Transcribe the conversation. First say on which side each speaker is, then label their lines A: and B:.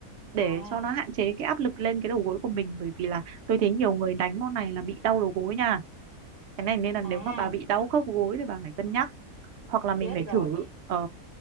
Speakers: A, on the right; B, on the right.
A: để
B: à
A: cho nó hạn chế cái áp lực lên cái đầu gối của mình bởi vì là tôi thấy nhiều người đánh môn này là bị đau đầu gối nha cái này nên là nếu
B: à
A: mà bà bị đau khớp gối thì bà phải cân nhắc hoặc là mình
B: chết
A: phải
B: rồi
A: thử ờ